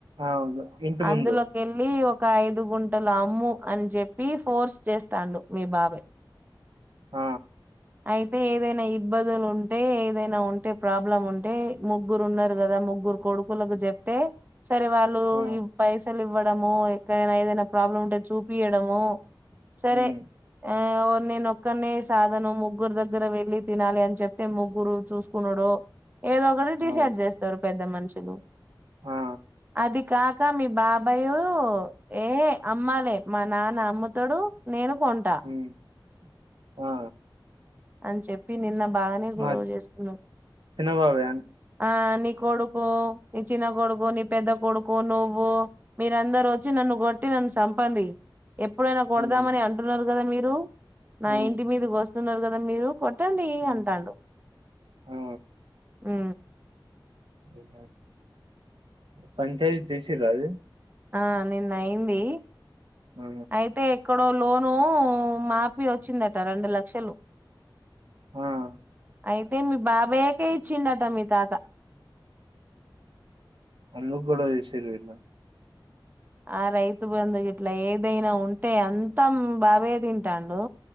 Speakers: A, on the right; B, on the right.
A: ఆ ఇంటి
B: అందులోకి
A: ముందు
B: వెళ్ళి ఒక ఓక అయిదుగుంట లు అమ్ము అని చెప్పి ఫోర్స్ చేస్తాండు మీ బాబాయ్
A: ఆ
B: అయితే ఏదైనా ఇబ్బందులు ఉంటే ఏదైనా ఉంటే ప్రాబ్లం ఉంటే ముగ్గురు ఉన్నరు కదా ముగ్గురు కొడుకులకు చెప్తే సరే వాళ్ళు
A: ఆ
B: ఈ పైసలు ఇవ్వడము ఎక్కడైనా ఏదైనా ప్రాబ్లం ఉంటే చూపియడము సరే
A: ఉమ్
B: ఆ నేనొక్కనే సాధను ముగ్గురు దగ్గర వెళ్ళి తినాలి అని చెప్తే ముగ్గురు చూ నుడు ఏదో ఒకటి డిసైడ్
A: ఆ
B: చేస్తారు పెద్ద మనుషులు
A: ఆ
B: అది కాక మీ బాబాయ ఏ అమ్మాలే మా నాన్న అమ్ముతడు నేను కొంట
A: ఉమ్ ఆ
B: అని చెప్పి నిన్న బాగానే గొడవ
A: మా
B: చేసుకున్నాను
A: చిన్నబాబాయ్
B: ఆ నీకు కొడుకు నీ చిన్న కొడుకు నీ పెద్ద కొడుకు నువ్వు మీరందరు వచ్చి నన్ను కొట్టి నన్ను చంపండి ఎప్పుడైనా కొడదామని
A: ఉమ్
B: అంటున్నారు కదా మీరు <unintelligible> హలో నా
A: ఉమ్
B: ఇంటి మీద కోస్తే <inaudible> మీరు కొట్టండి
A: ఉమ్
B: అంటాండు
A: ఆ
B: ఆ
A: ఉ <inaudible> పంచాయతీ చేేసి రా అది
B: ఆహ్ నిన్న అయింది.
A: ఆ
B: అయితే ఇక్కడ లోను మాపి వచ్చిందట రెండు లక్షలు
A: ఆ
B: అయితే మీ బాబాయ్యకే ఇచ్చిండంటా మీ తాత.
A: అందుకు గొడవ చేసిండ్రు వీళ్ళు.
B: ఆహ్ రైతు బంధు ఇట్లా ఏదైనా ఉంటే అంతా మీ బాబాయి తింటాండు.